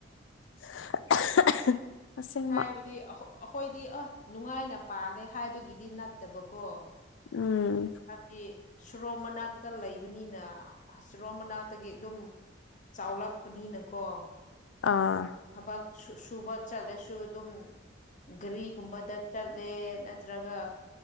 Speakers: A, on the left; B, on the left.
A: <unintelligible> ꯑꯁꯦꯡꯕ
B: ꯍꯥꯏꯕꯗꯤ ꯑꯩꯈꯣꯏꯗꯤ ꯑ ꯅꯨꯡꯉꯥꯏꯅ ꯄꯥꯜꯂꯦ ꯍꯥꯏꯕꯒꯤꯗꯤ ꯅꯠꯇꯕꯀꯣ
A: ꯎꯝ
B: ꯍꯥꯏꯕꯗꯤ ꯁꯨꯔꯣ ꯃꯅꯥꯛꯇ ꯂꯩꯕꯅꯤꯅ ꯁꯨꯔꯣ ꯃꯅꯥꯛꯇꯒꯤ ꯑꯗꯨꯝ ꯆꯥꯎꯂꯛꯄꯅꯤꯅꯀꯣ
A: ꯑꯥ
B: ꯊꯕꯛ ꯁꯨꯕ ꯆꯠꯂꯁꯨ ꯑꯗꯨꯝ ꯒꯥꯔꯤꯒꯨꯝꯕꯗ ꯆꯠꯂꯦ ꯅꯠꯇ꯭ꯔꯒ